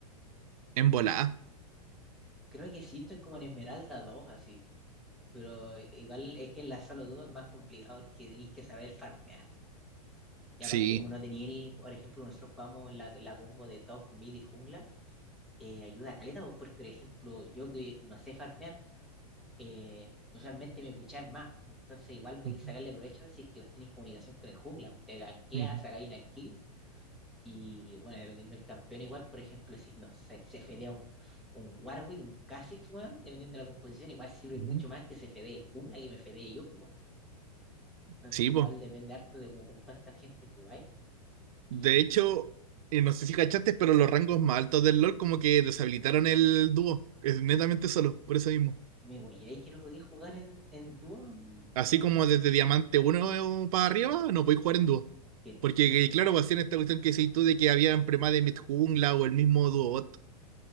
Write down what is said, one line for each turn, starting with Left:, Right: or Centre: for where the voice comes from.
Right: En volada.
Centre: Creo que sí, estoy como en Esmeralda 2 así. Pero igual es que en la Solo 2 es más complicado porque tenéis que saber farmear. Y
Right: Sí.
Centre: aparte, como no tenía el, por ejemplo, nosotros jugamos la, la combo de top, mid y jungla, eh, ayuda a caleta, pues, porque, por ejemplo, yo que no sé farmear, eh, usualmente me puchan más. Entonces, igual podéis
Right: Ujú,
Centre: sacarle provecho si es que tenéis comunicación con el jungla. Te ganqueas,
Right: ujú,
Centre: sacáis una kill y bueno, dependiendo del campeón, igual, por ejemplo, si no sé, se fedea un, un Warwick, un Kha'Zix, weón, dependiendo de la composición, igual sirve
Right: ujú.
Centre: mucho más que se fedee el jungla que me fedee yo, pues, weón. Entonces,
Right: Sí,
Centre: igual
Right: pues.
Centre: depende harto de como con cuánta gente jugáis.
Right: De
Centre: Y
Right: hecho, eh, no sé si cachaste, pero los rangos más altos del LoL como que deshabilitaron el dúo. Es netamente solo, por eso mismo.
Centre: me voy, ahí que no podéis jugar en, en dúo en,
Right: Así
Centre: en
Right: como
Centre: al-
Right: desde Diamante uno para arriba, no podéis jugar en dúo.
Centre: Qué estúpido.
Right: Porque, eh, claro, va a ser esta cuestión que decís tú de que habían prema de Midjungla o el mismo Duobot.